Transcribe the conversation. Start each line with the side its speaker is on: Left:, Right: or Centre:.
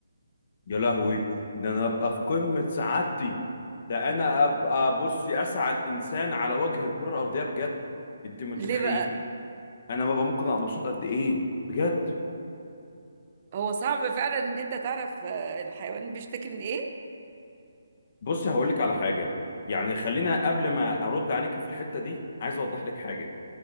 Left: يا لهوي ده انا ابقى في قمة سعادتي ده انا ابقى بصي اسعد انسان على وجه الكرة الارضية بجد انت ما
Right: ليه
Left: تتخيلي
Right: بقى
Left: انا ببقى ممكن ابقى مبسوط قد ايه بجد
Right: هو صعب فعلا إن أنت تعرف آه، الحيوان بيشتكي من إيه
Left: بصي هقول لك على حاجة يعني خلينا قبل ما ارد عليك في الحتة دي عايز اوضح لك حاجة